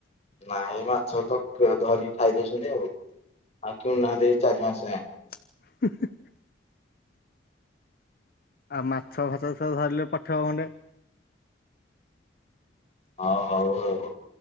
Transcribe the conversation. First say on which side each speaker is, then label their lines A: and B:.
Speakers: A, on the left; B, on the left.
A: ନାଇଁ ମାଛ ତ ଧରିକି ଖାଇଦଉଛନ୍ତି ଆଉ। ଆଉ କିଣୁନାଆନ୍ତି ଏଇ ଚାରି ମାସ।
B: <inaudible> ଆଉ ମାଛ ଫାଛ ସହ ଧରିଲେ ପଠେଇବ ଗଣ୍ଡେ।
A: ହଉ ହଉ ଆଉ।